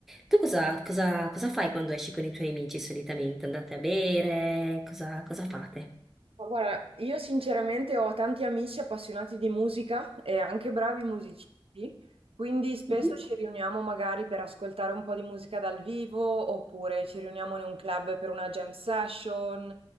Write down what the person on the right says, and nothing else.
Ma Guarda, io sinceramente ho tanti amici appassionati di musica e anche bravi musicisti, quindi spesso
ci riuniamo magari per ascoltare un po' di musica dal vivo oppure ci riuniamo in un club per una jam session